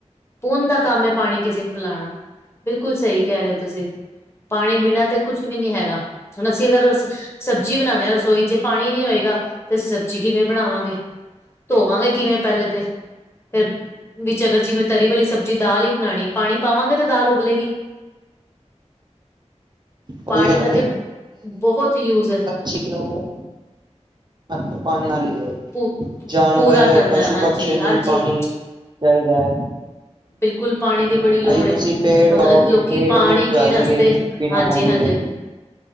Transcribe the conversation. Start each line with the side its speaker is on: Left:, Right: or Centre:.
Left: ਪੂਨ ਦਾ ਕੰਮ ਹੈ ਪਾਣੀ ਕਿਸੇ ਨੇ ਪਿਲਾਉਣਾ। ਬਿਲਕੁਲ ਸਹੀ ਕਹ ਰਹੇ ਹੋ ਤੁਸੀਂ। ਪਾਣੀ ਬਿਨਾਂ ਤੇ ਕੁੱਛ ਵੀ ਨਹੀਂ ਹੈਗਾ ਹੁਣ ਅਸੀਂ ਅਗਰ ਸਬਜ਼ੀ ਬਣਾਉਂਦੇ ਹਾਂ ਰਸੋਈ ਚ ਪਾਣੀ ਨੀ ਹੋਏਗਾ ਤੇ ਸਬਜ਼ੀ ਕਿਵੇਂ ਬਣਾਵਾਂਗੇ ਧੋਵਾਂਗੇ ਕਿਵੇਂ ਪਹਿਲੇ ਤੇ ਫਿਰ ਵਿੱਚ ਅਗਰ ਜਿਵੇਂ ਤਰੀ ਵਾਲੀ ਸਬਜ਼ੀ ਦਾਲ ਹੀ ਬਣਾਉਣੀ ਪਾਣੀ ਪਾਵਾਂਗੇ ਤੇ ਦਾਲ ਉਬਲੇਗੀ
Right: ਉਹੀ
Left: ਪਾਣੀ
Right: ਗੱਲ
Left: ਦਾ ਤੇ ਬਹੁਤ ਯੂਜ
Right: ਜਿਹਨੂੰ ਹੱਥ ਪਾਣੇ ਵਾਲੀ ਹੈ।
Left: ਪੂ
Right: ਜਾਨਵਰ
Left: ਪੂਰਾ ਕਰਦਾ
Right: ਪਸ਼ੂ
Left: ਹਾਂਜੀ
Right: ਪਕਸ਼ੀਆਂ ਨੂੰ
Left: ਹਰ
Right: ਵੀ ਪਾਣੀ
Left: ਚੀਜ਼
Right: ਚਾਹੀਦਾ ਹੈ।
Left: ਬਿਲਕੁਲ ਪਾਣੀ ਦੀ
Right: ਹਾਂ
Left: ਬੜੀ ਲੋੜ
Right: ਅਜੇ ਤੁਸੀਂ
Left: ਏ
Right: ਪੇੜ
Left: ਹੁਣ
Right: ਉਗਾਓਗੇ
Left: ਲੋਕੀ
Right: ਪੇੜ
Left: ਪਾਣੀ
Right: ਮੁਰਝਾ
Left: ਪੀਣ
Right: ਜਾਣਗੇ
Left: ਵਾਸਤੇ
Right: ਬਿਨਾਂ
Left: ਹਾਂਜੀ
Right: ਪਾਣੀ
Left: ਹਾਂਜੀ
Right: ਦੇ